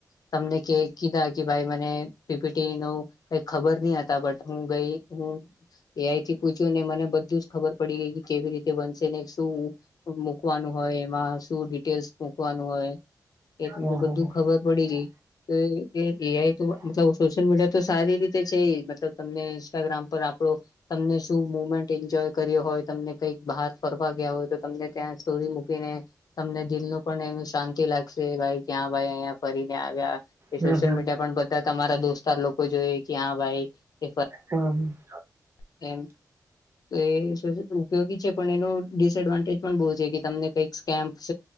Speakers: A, on the left; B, on the right.
A: તમને કે કીધા કે ભાઈ મને પીટી ન કઈ ખબર નહ હતા બટ હું ગઈ હું એઆઈ થી પૂછ્યો ને મને બધું ખબર પડી ગઈ કે કેવી રીતે બનશે ને શું? મૂકવાનું હોય એમાં શું ડિટેલ્સ મૂકવાનું હોય એ તમને
B: હમ
A: બધું ખબર પડી ગઈ તો એઆઈ તો મતલબ સોશિયલ મીડિયા તો સારી રીતે છે મતલબ તમને ઇન્સ્ટાગ્રામ પર આપડો તમને શું મુમેન્ટ એન્જોય કર્યો હોય તમને કઈક બહાર ફરવા ગયા હોય તો તમને ત્યાં સ્ટોરી મૂકીને તમને દિલ નું પણ એનું શાંતિ લાગે <unintelligible> ક્યાં ભાઈ અયા ફરીને આવ્યા એ
B: હમ
A: સોશિયલ મીડિયા પણ બધા તમારા દોસ્તાર લોકો જોઈ જ્યાં ભાઈ કે
B: <unintelligible>
A: એમ તો એ ઉપયોગી છે પણ એનું ડિસએડવાન્ટેજ પણ બહુ છે, કે તમને કંઈક સ્કેમ્પ